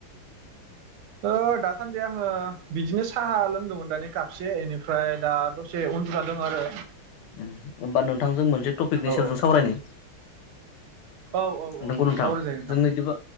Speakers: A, on the right; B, on the left.
A: ओ दासान्दि आङो बिदिनो साहा लोंदोंमोन दानि कापसे एनि फ्राय दा दसे उनदु दं आरो
B: उम होमबा नोंथांजों मोनसे टपिकनि
A: औ
B: सायाव जों सावरायनो
A: औ औ औ
B: नंगौ नोंथां
A: सावरायजायो नोंथां
B: जों बिदिबा